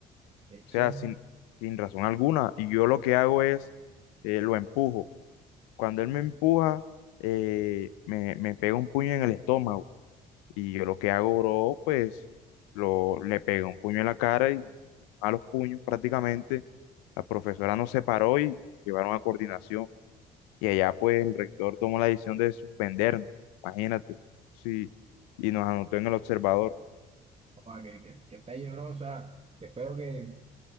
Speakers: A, on the right (about 30°); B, on the left (about 85°).
A: eche.
B: sea, sin,
A: Che,
B: sin razón alguna, y yo lo que hago es, eh, lo empujo. Cuando él me empuja, eh, me, me pega un puño en el estómago. Y yo lo que hago, bro, pues lo, le pegué un puño en la cara y a los puños prácticamente. La profesora nos separó y llevaron a coordinación. Y allá pues el rector tomó la decisión de suspendernos, imagínate. Sí, y nos anotó en el observador.
A: o sea que, que, que pelle, bro. O sea, qué feo que.